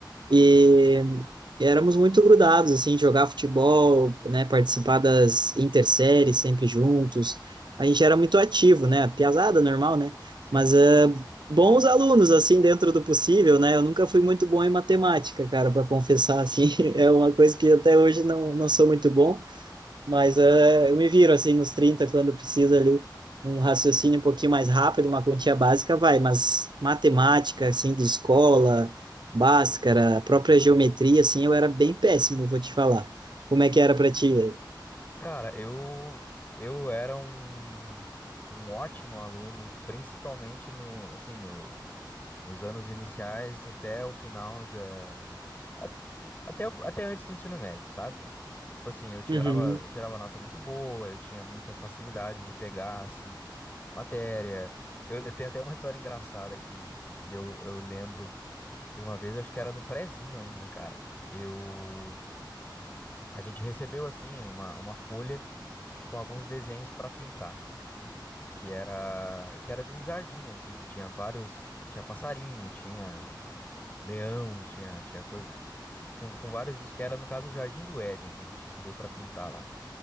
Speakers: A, on the right; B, on the left.
A: E éramos muito grudados, assim, jogar futebol, né, participar das interséries sempre juntos. A gente era muito ativo, né, piazada normal, né,
B: Sim.
A: mas ah, bons alunos, assim, dentro do possível, né, eu nunca fui muito bom em matemática, cara, para confessar, assim, <laughs> é uma coisa que até hoje não, não sou muito bom, mas eh, eu me viro assim nos 30 quando precisa ali um raciocínio um pouquinho mais rápido, uma quantia básica vai, mas matemática, assim, de escola, Bhaskara, a própria geometria, assim, eu era bem péssimo, vou te falar. Como é que era para ti?
B: Cara, eu eu era um um ótimo aluno, principalmente no assim, no nos anos iniciais até o final da a- até o- até antes do ensino médio, sabe? Tipo assim, eu tirava,
A: Uhum,
B: eu tirava nota muito boa, eu tinha muita facilidade de pegar, assim, matéria. Eu, eu tenho até uma história engraçada que, que eu, eu lembro de uma vez, acho que era no prezinho ainda, cara. Eu, a gente recebeu, assim, uma, uma folha com alguns desenhos pra pintar, que era, que era de um jardim, assim, que tinha vários, tinha passarinho, tinha leão, tinha, tinha coisa, com, com vários bichos, que era, no caso, o Jardim do Éden, que a gente recebeu pra pintar lá.